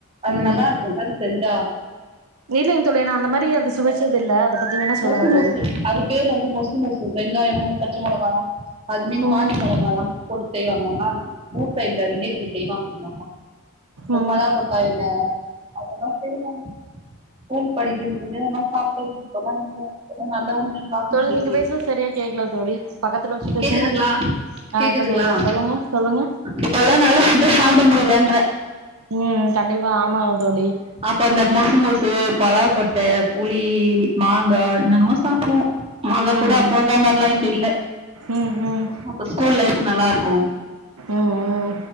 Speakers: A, on the right (about 25°); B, on the right (about 80°).
A: அது
B: ம்
A: நல்லாருக்கு அது செஞ்சா
B: இல்லைங்க தோழி நா அந்த மாதிரி அது சுவைச்சது இல்ல பத்தி வேணா சொல்லுங்க
A: மொசு
B: தோழி
A: மொசு அது பேரு வந்து மொசு மொசு வெங்காயம் பச்ச மிளகா எல்லாம் அது மீன்
B: ம்
A: காஞ்ச மிளகா எல்லாம் போட்டு செய்வாங்க நல்லா இருக்கும் ப்பஇந்த வில்லஜ்க்கு தெரிமாங் ம்மாமா அப்புறம்
B: ம்
A: பலா கொட்டையில போன் படிக்க முடியாம்ம சாப்டேந்த குழம்ப அவ்ளோ நல்லவனா நீ பாக்க
B: தோழி
A: முடியலயே
B: நீங்க பேசுறது சரியா கேக்கல தோழி பக்கத்துல வச்சு பேசுங்க
A: கேக்குதுங்களா
B: ஆ
A: கேக்குதுங்களா
B: இப்ப கேக்குது சொல்லுங்க சொல்லுங்க
A: இப்பல்லாம் நல்ல ஃபுட் சாப்ட முடியல
B: ம் கண்டிப்பா ஆமாங்க தோழி
A: அப்ப அந்த மொசு மொசு பலா கொட்ட புளி மாங்கா என்னென்னமோ சாப்டுவோம் நாங்க
B: ம்
A: கூட அப்போயிருந்தா
B: ம்
A: மாதிரிலாம் இப்ப இல்ல
B: ம் ம்
A: அப்ப ஸ்கூல் லைஃப் நல்லா இருக்கும்
B: ம் ம்